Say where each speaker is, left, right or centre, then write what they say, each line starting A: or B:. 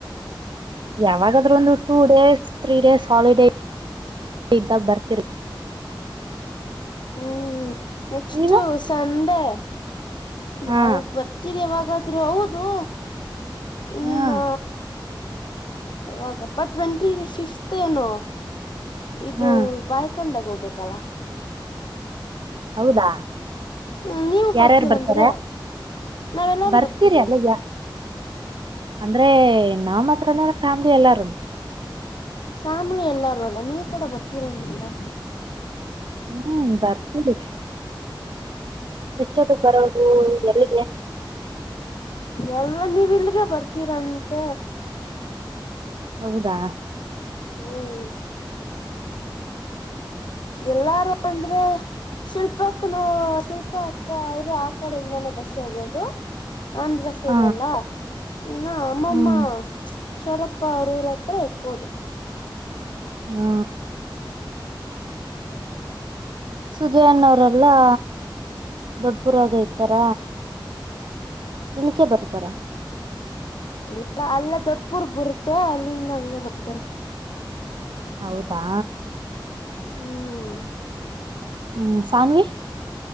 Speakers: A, on the right; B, on the left.
A: ಯಾವಾಗಾದ್ರೂ ಒಂದು two days three days holiday ಇದ್ದಾಗ ಬರ್ತಿರ್.
B: ಹ್ಮ್- ನೆಕ್ಸ್ಟ್
A: ನೀವು
B: ಸಂಡೆ
A: ಹಾ
B: ನಾವು ಬರ್ತೀರಿ. ಯಾವ ಗಾದರು ಹೌದು ಇನ್ನ,
A: ಹಾ
B: ಇವಾಗಪ್ಪ ಟ್ವೆಂಟಿ ಫಿಫ್ತ್ ಏನು ಇದು
A: ಹ್ಮ
B: ಬಾಯ್ಕೊಂಡಾಗ ಹೋಗಬೇಕು. ಕಲ
A: ಹೌದಾ
B: ಹ್ಮ್ ನೀವು
A: ಯಾರ್ಯಾರು
B: ಬರ್ತೀರಂದ್ರು
A: ಬರ್ತಾರೆ
B: ನಾವೆಲ್ಲಾರು
A: ಬರ್ತೀರಿ
B: ಬರ್ತೀವಿ
A: ಅಲ್ಲ ಯ ಅಂದ್ರೆ ನಮ್ಮ ಹತ್ರನ ಫ್ಯಾಮಿಲಿ ಎಲ್ಲಾರನು
B: ಫ್ಯಾಮಿಲಿ ಎಲ್ಲಾರೂ ಅಲ್ಲ ನೀವ ಕೂಡ ಬರ್ತೀನ ಅಂದ್ರಲ.
A: ಹ್ಮ ಬರ್ತನೀ. ಎಷ್ಟೊತ್ತಗ ಬರೋದು ಎಲ್ಲಿಗೆ
B: ಎಲ್ಲ ನೀವಲ್ಲಿಗೆ ಬರ್ತೀರಂತ
A: ಹೌದಾ.
B: ಹ್ಮ. ಎಲ್ಲಾರು ಅಂದ್ರೆ ಶಿಲ್ಪಾಕ್ಕನು ಶಿಲ್ಪಾ ಅಕ್ಕ ಅವರು ಆ ಕಡೆಯಿಂದಾನೇ ಬಸ್ಸ ಹೋಗೋದು. ಅಂದ್ರ ಸೇಡಯಲ್ಲ
A: ಹ
B: ನ ಅಮ್ಮಮ್ಮ
A: ಹ್ಮ್
B: ಚರಪ್ಪ ಅವ್ರ ಊರ ಅತ್ರ ಇಕ್ಕೋದು.
A: ಹ್ಮ.
B: <inaudible>
A: ಸುಜಯನ್ನವರೆಲ್ಲಾ ದೊಡ್ಬಪುರಾಗ ಐತಾರ ಇಲ್ಕೆ ಬರ್ತಾರಾ.
B: ಇಲ್ಲ ಅಲ್ಲ ದೊಡಪೂರಕ ಬರುತ್ತೆ ಅಲ್ಲಿಂದ ಹಂಗೆ ಬರ್ತಾರೆ.
A: ಹೌದಾ.
B: ಹ್ಮ.
A: ಹ್ಮ ಸಾನ್ವಿ.